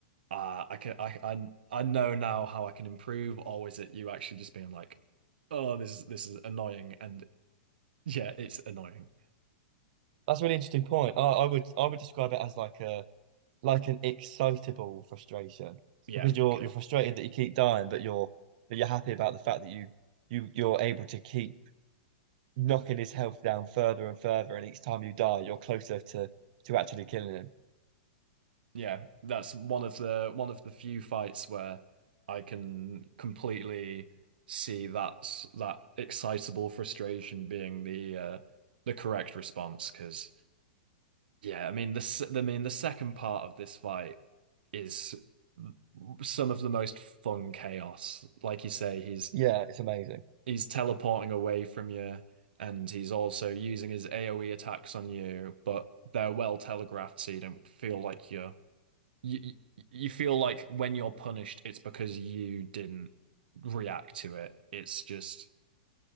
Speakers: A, on the right; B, on the right.
A: uh, I can, I, I, I know now how I can improve, or is it you actually just being like, oh, this is this is annoying, and yeah, it's annoying.
B: That's a really interesting point. I I would I would describe it as like a like an excitable frustration
A: Yeah,
B: because you're
A: good.
B: you're frustrated that you keep dying, but you're but you're happy about the fact that you you you're able to keep knocking his health down further and further, and each time you die, you're closer to to actually killing him.
A: Yeah, that's one of the one of the few fights where I can completely see that's that excitable frustration being the uh, the correct response. Because yeah, I mean the s- I mean the second part of this fight is some of the most fun chaos. Like you say, he's
B: Yeah, it's amazing.
A: he's teleporting away from you, and he's also using his AoE attacks on you, but they're well telegraphed, so you don't feel like you're you you feel like when you're punished, it's because you didn't react to it. It's just